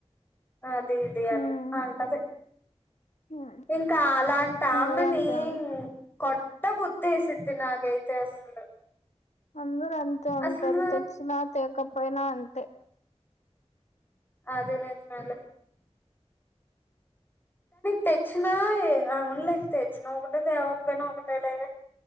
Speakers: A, on the left; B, on the left.
A: అది ఇది అని
B: ఉమ్,
A: అంటది
B: ఉమ్.
A: ఇంకా అలాంటమ్మెని
B: అందరూ అంతే ఉ
A: కొట్ ట్టబుద్దేసిది నాగైతే అసలు
B: అందర అంతే ఉంటారు
A: అసలు
B: తెచ్చినా తేకపోయినా అంతే
A: అదేలే చాలా తెచ్చినా అవున్లే తెచ్చినా ఒకటే తెవకపోయినా ఒకటే లేవ